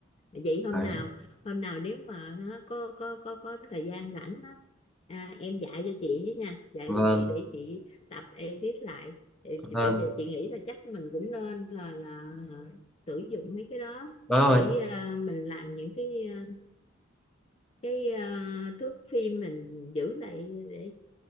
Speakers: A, on the left; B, in the centre.
A: vậy hôm
B: Đấy.
A: nào hôm nào nếu mà á, có có có có thời gian rảnh á à, em dạy cho chị với nha dạy
B: Vâng,
A: cho chị để chị tập edit lại Để
B: vâng,
A: chị- bây giờ chị nghĩ là chắc mình cũng nên là là ờ, sử dụng mấy cái đó
B: vâng
A: để
B: rồi,
A: à, mình làm những cái à, cái à, thước phim mình giữ lại để